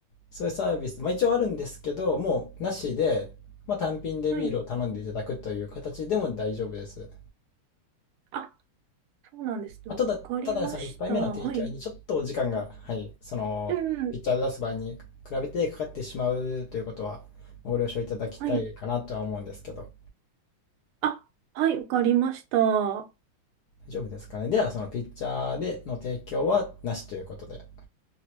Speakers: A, on the left; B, on the right.
A: そういうサービス、まあ一応あるんですけど、もうなしで、まあ単品でビールを頼んでいただくという形でも大丈夫です。
B: い。あ、そうなんですね。
A: あただ、
B: わかりました。
A: ただその1杯目の提供にちょっと時間が、
B: はい。
A: はい、そのピッチャーを出す場合に比べてかかってしまうということはご了承いただきたいかなとは思うんですけど、
B: うん。はい。あ、はい、わかりました。
A: 大丈夫ですかね。では、そのピッチャーでの提供はなしということで。